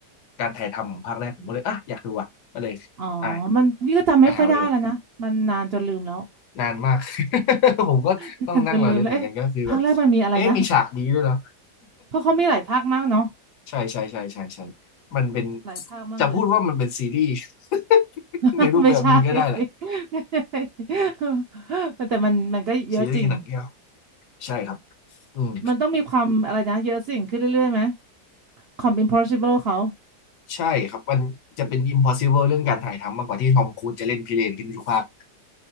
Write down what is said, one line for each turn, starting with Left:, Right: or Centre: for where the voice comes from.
Left: การถ่ายทำของภาคแรกผมก็เลยอ่ะอยากดูอ่ะก็เลยอ่ะ
Right: อ๋อมันนี่ก็จำไม่ค่อยได้แล้วนะมันนานจนลืมแล้ว
Left: ไปหามาดูนานมาก <laughs> ผมก็ต้องนั่งระลึกเหมือนกันก็คือแบบ
Right: <laughs> นานจนลืมแล้วเอ๊ะภาคแรกมันมีอะไรนะ
Left: เอ๊ะมีฉากนี้ด้วยเหรอ
Right: เพราะเขามีหลายภาคมากเนาะ
Left: <laughs> ใช่ใช่ใช่ใช่ใช่มันเป็น
Right: หลายภาคมากเลย
Left: จะพูดว่ามันเป็นซีรีส์ <laughs>
Right: <laughs>
Left: ในรูปแบบหนึ่งก็ได้แหละ
Right: ไม่ใช่ <laughs> ไม่ใช่ <laughs> แต่มันมันก็เยอะจริง
Left: ซีรีส์หนังเดียวใช่ครับอืม
Right: มันต้องมีความอะไรนะเยอะสิ่งขึ้นเรื่อยๆไหมความ impossible เขา
Left: ใช่ครับมันจะเป็น impossible เรื่องการถ่ายทำมากกว่าที่ทอมครูซจะเล่นพิเรนขึ้นทุกภาค